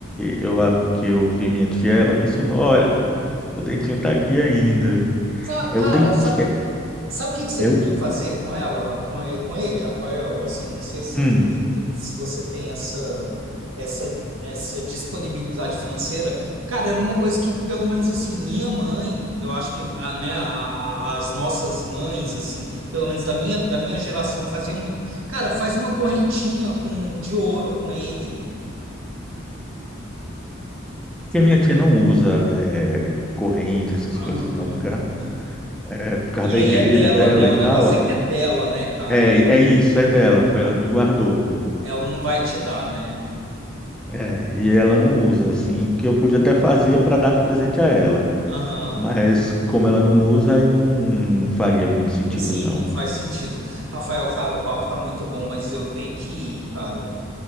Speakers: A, in the centre; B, on the right.
A: eu, a- que eu vi minha tia, ela mencionou, olha, o dentinho tá aqui ainda, viu?
B: Sa-
A: É
B: Cara,
A: o dentinho, é,
B: Sabe o que que você
A: é
B: podia
A: o...
B: fazer com ela, com ele, com ele, Rafael? Assim, não sei se,
A: Hum,
B: te- se você tem essa, essa, essa disponibilidade financeira. Cara, era uma coisa que, pelo menos assim, minha mãe, eu acho que, a- né, a- a- as nossas mães, assim, pelo menos da minha, da minha geração, fazia muito. Cara, faz uma correntinha com, de ouro com ele.
A: que a minha tia não usa é, corrente, essas coisas
B: Ahn.
A: não, por causa, é, por causa
B: E
A: da
B: aí
A: igreja
B: é dela,
A: dela
B: né?
A: e
B: O
A: tal.
B: negócio é que é dela, né, cara?
A: É, é isso, é dela, foi ela que guardou.
B: Ela não vai te dar, né?
A: É, e ela não usa, assim, porque eu podia até fazer para dar de presente a ela.
B: Aham.
A: Mas como ela não usa, aí não não faria muito sentido,
B: Sim,
A: não.
B: não faz sentido. Rafael, cara, o papo tá muito bom, mas eu tenho que ir, cara.